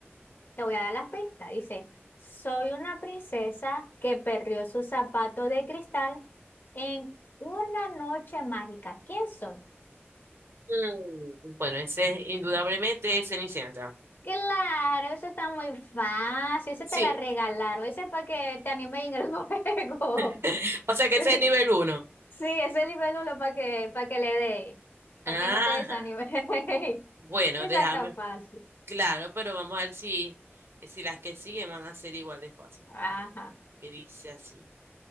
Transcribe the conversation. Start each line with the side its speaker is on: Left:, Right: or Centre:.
Left: Te voy a dar las pistas. Dice, soy una princesa que perdió su zapato de cristal en una noche mágica. ¿Quién soy?
Right: Mm, Bueno, ese es indudablemente es Cenicienta.
Left: Claro, eso está muy fácil. Ese
Right: Sí.
Left: te la regalaron. Ese es para que te anime en el <laughs> juego.
Right: <laughs> O sea
Left: Sí,
Right: que ese
Left: sí.
Right: es nivel uno.
Left: Sí, ese libélulo para que, para que le dé, para
Right: Ajá.
Left: que no te desanime. <laughs>
Right: Bueno,
Left: Esa
Right: déjame.
Left: está fácil.
Right: Claro, pero vamos a ver si, si las que siguen van a ser igual de fáciles.
Left: Ajá.
Right: Que dice así.